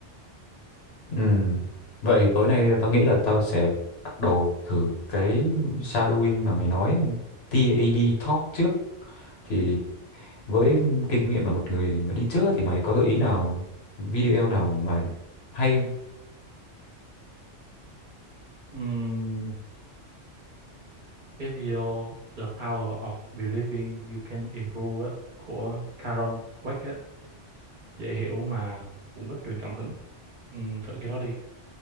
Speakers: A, on the left (about 60°); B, on the right (about 50°).
A: ừ vậy thì tối nay tao nghĩ là tao sẽ bắt đầu thử cái shadowing mà mày nói tê a TAD Talk trước thì với kinh nghiệm là một người mà đi trước á, thì mày có gợi ý nào video nào mà hay không?
B: Ừm, cái video The Power of Believing You Can Improve á, của Karen Dweck á, dễ hiểu mà cũng rất truyền cảm hứng Ừm, thử cái đó đi